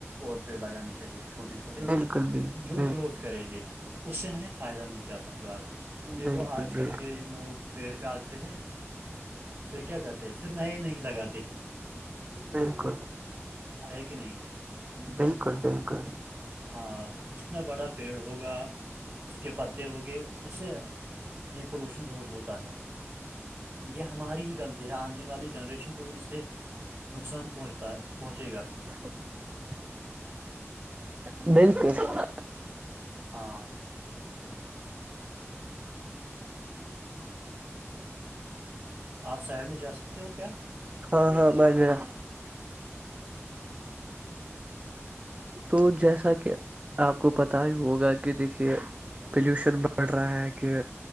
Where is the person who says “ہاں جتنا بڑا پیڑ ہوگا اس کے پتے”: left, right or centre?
Right